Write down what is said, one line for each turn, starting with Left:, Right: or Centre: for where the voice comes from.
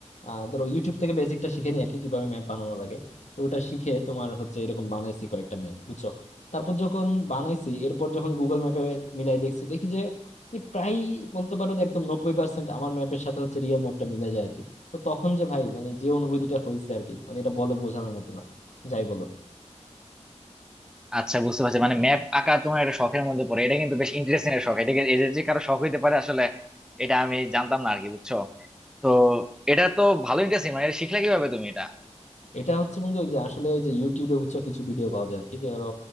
Left: আহ ধরো ইউটিউব থেকে বেসিকটা শিখে নিই আর কি কিভাবে ম্যাপ বানানো লাগে তো ওটা শিখে তোমার হচ্ছে এরকম বানাইছি কয়েকটা ম্যাপ বুঝছো তারপর যখন বানাইছি এরপর যখন গুগল ম্যাপে মিলাই দেখছি দেখি যে প্রায় বলতে পারো যে একদম নব্বই পার্সেন্ট আমার ম্যাপের সাথে হচ্ছে রিয়েল ম্যাপটা মিলে যায় আর কি তো তখন যে ভাই মানে যে অনুভূতিটা হয়েছে আর কি মানে এটা বলে বোঝানোর মতো না। যাই বলো
Centre: আচ্ছা বুঝতে পারছি মানে ম্যাপ আঁকা তোমার একটা শখের মধ্যে পড়ে এটা কিন্তু বেশ ইন্টারেস্টিং একটা শখ এটা কি- এদের যে কারো শখ হইতে পারে আসলে এটা আমি জানতাম না আর কি বুঝছো তো এটা তো ভালো ইন্টারেস্টিং মানে এটা শিখলে কিভাবে তুমি এটা
Left: এটা হচ্ছে বন্ধু ওই যে আসলে ওই যে ইউটিউবে বুঝছো কিছু ভিডিও পাওয়া যায় আর কি যে আরো